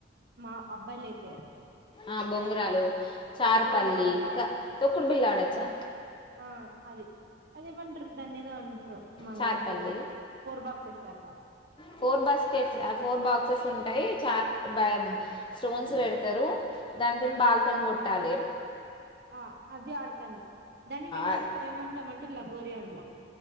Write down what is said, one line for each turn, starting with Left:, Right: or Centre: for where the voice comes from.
Right: మా అబ్బాయిలు అయితే
Left: ఆ బొంగరాలు చార్పల్లి
Right: గోలీలు ఆట
Left: ఇంకా తొక్కుడు బిల్ ఆడొచ్చా
Right: ఆ అది అదేమంటారు దాన్ని ఏదో అంటారు మా
Left: చార్
Right: దాంట్లో
Left: పల్లి
Right: ఫోర్ బాక్సెస్ అట
Left: ఫోర్ బాస్కెట్స్ ఫోర్ బాక్సెస్ ఉ ాయి చార్ బ స్టోన్స్ పెడతారు దానితో బాల్ తోని కొట్ట కొట్టాలే
Right: ఆ అది ఆడతండి దాన్ని మేము
Left: ఆ,
Right: ఏమంటామంటే లగోరి అంటాం